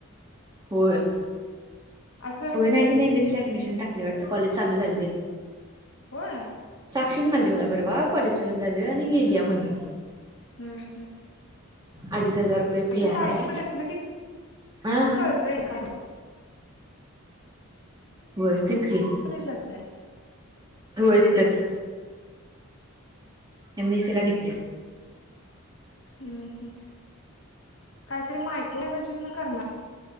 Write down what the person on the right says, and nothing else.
होय.
हो नाही एमएस ऍडमिशन टाकलं वाटत कॉलेज चालू झालं.
लक्ष्मी म्हणाली त मला परवा कॉलेज चालू झालं आणि गेलीया म्हणून.
अडीच हजार रुपये
फी आहे
हा
होय तेच की
होय तिथच एम एसी ला घेतल्या.